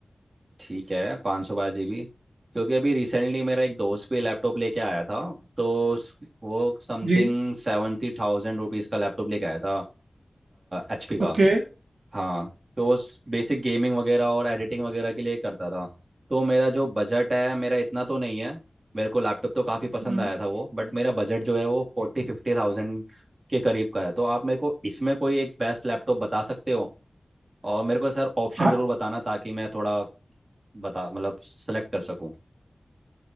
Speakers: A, on the right; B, on the right.
A: ठीक है पाँच सौ बारह जी बी क्योंकि अभी रिसेंटली मेरा एक दोस्त भी लैपटॉप लेके आया था तो उस- वो समथिंग
B: जी
A: सेवेंटी थाउजेंड रुपीज़ का लैपटॉप लेके आया था एचपी का
B: ओके
A: हाँ तो उस बेसिक गेमिंग वगैरह और एडिटिंग वगैरह के लिए करता था तो मेरा जो बजट है मेरा इतना तो नहीं है मेरे को लैपटॉप तो काफ़ी पसंद
B: हम्म,
A: आया था वो बट मेरा बजट जो है वो फोर्टी फिफ्टी थाउजेंड के करीब का है तो आप मेरे को इसमें कोई एक बेस्ट लैपटॉप बता सकते हो और मेरे को सर ऑप्शन
B: हाँ
A: ज़रूर बताना ताकि मैं थोड़ा बता मतलब सेलेक्ट कर सकूँ